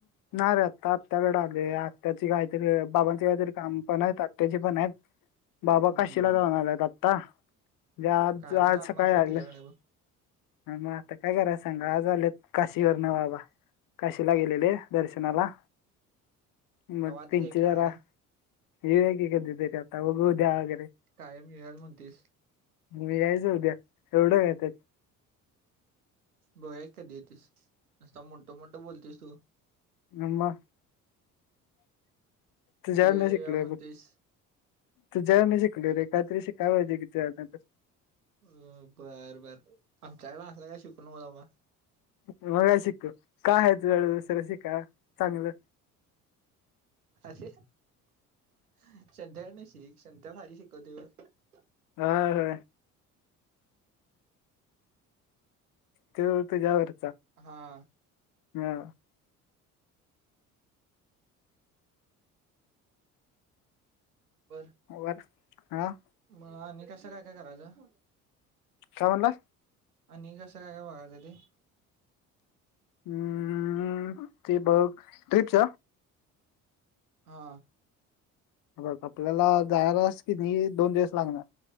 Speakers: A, on the left; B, on the right.
A: नाही रे आता आत्याकडे आलो या आत्याची काहीतरी बाबांची काहीतरी काम पण आहेत आत्याची पण आहेत. बाबा
B: हम्म
A: काशीला जाणार आहेत त्ता आज
B: कायम
A: आज
B: कारण
A: सकाळी
B: असतात
A: ऐकलं
B: तुझ्याकडे बघ
A: मग आता काय कराय सांगा आज आलेत काशीवर न बाबा काशीला गेलेले दर्शनाला मग
B: कवा
A: त्यांची
B: तरी ये
A: जरा
B: खेळायला
A: येऊया की कधीतरी आता
B: हम्म
A: बघू उद्या वगैरे
B: कायम मिळाल म्हणतीस
A: मी यायचं उद्या एवढ काय त्यात.
B: बघाय कधी येतीस नुसता मोठं मोठं बोलतीस तू
A: आमा तुझ्याकडून
B: येऊया येऊया
A: शिकलोय
B: म्हणतेस
A: बग. तुझ्याकडनं शिकलोय रे काहीतरी शिकायला पाहिजे तुझ्याकडं तर.
B: अ बरं बर आमच्याकडणं असला काय शिकून नको बाबा
A: मग काय शिकू काय आहे तुझ्याकडे दुसर शिकाय. चांगलं
B: अरे संत्या कड न शिक संत्या भारी शिकवतोय बघ
A: हा हा तू तुझ्यावर
B: हा आ.
A: हा.
B: बर
A: होय. आ.
B: मग आम्ही कसं काय काय करायचं.
A: काय म्हणला.
B: आणि कसं काय काय बघायचं ते.
A: हम्म ते बघ ट्रिपच.
B: आ न.
A: बघ आपल्याला जायलास की नाही दोन दिवस लागणार.